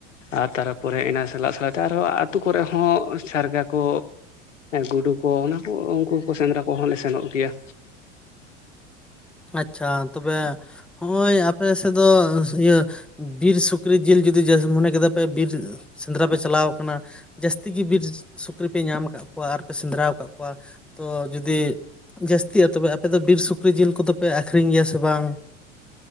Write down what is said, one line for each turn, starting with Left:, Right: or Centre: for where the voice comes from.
Left: ᱟᱨ ᱛᱟᱨᱯᱚᱨᱮ ᱤᱱᱟᱹ ᱥᱟᱞᱟᱜ ᱛᱮ ᱟᱹᱛᱩ ᱠᱚᱨᱮ ᱦᱚᱸ ᱥᱟᱨᱜᱟ ᱠᱚ ᱜᱩᱰᱩ ᱠᱚ ᱚᱱᱟ ᱠᱚ ᱩᱱᱠᱩ ᱠᱚ ᱥᱮᱸᱫᱽᱨᱟ ᱠᱚᱦᱚᱸᱞᱮ ᱥᱮᱱᱚᱜ ᱜᱮᱭᱟ
Centre: ᱟᱪᱪᱷᱟ ᱛᱚᱵᱮ ᱦᱚᱜᱼᱚᱭ ᱟᱯᱮ ᱥᱮᱫ ᱫᱚ ᱤᱭᱟᱹ ᱵᱤᱨ ᱥᱩᱠᱨᱤ ᱡᱤᱞ ᱡᱩᱫᱤ ᱢᱚᱱᱮ ᱠᱮᱫᱟ ᱯᱮ ᱵᱤᱨ ᱥᱮᱸᱫᱽᱨᱟ ᱯᱮ ᱪᱟᱞᱟᱣ ᱠᱟᱱᱟ ᱡᱟᱹᱥᱛᱤ ᱜᱮ ᱵᱤᱨ ᱥᱩᱠᱨᱤ ᱯᱮ ᱧᱟᱢ ᱟᱠᱟᱫ ᱠᱚᱣᱟ ᱟᱨᱯᱮ ᱥᱮᱸᱫᱽᱨᱟ ᱟᱠᱟᱫ ᱠᱚᱣᱟ ᱛᱚ ᱡᱩᱫᱤ ᱡᱟᱹᱥᱛᱤᱜᱼᱟ ᱛᱚᱵᱮ ᱟᱯᱮ ᱫᱚ ᱵᱤᱨ ᱥᱩᱠᱨᱤ ᱡᱤᱞ ᱠᱚᱫᱚ ᱯᱮ ᱟᱠᱷᱨᱤᱧ ᱜᱮᱭᱟ ᱥᱮ ᱵᱟᱝ